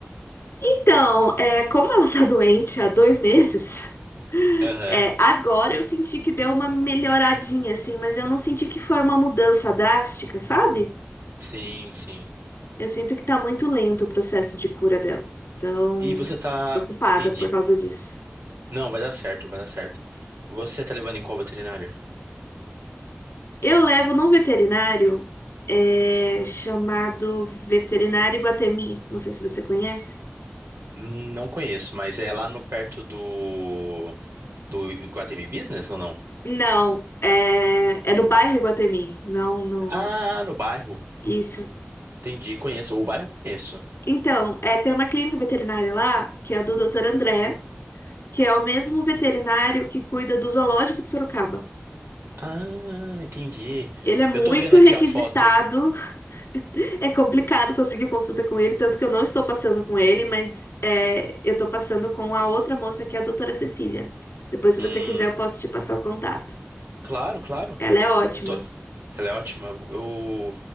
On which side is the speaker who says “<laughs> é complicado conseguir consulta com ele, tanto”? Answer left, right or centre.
Left